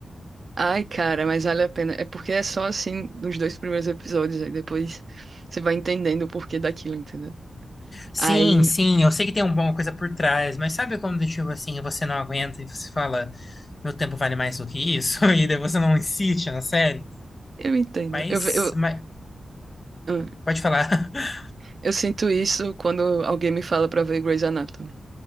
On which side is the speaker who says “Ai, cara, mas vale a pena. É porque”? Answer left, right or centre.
Right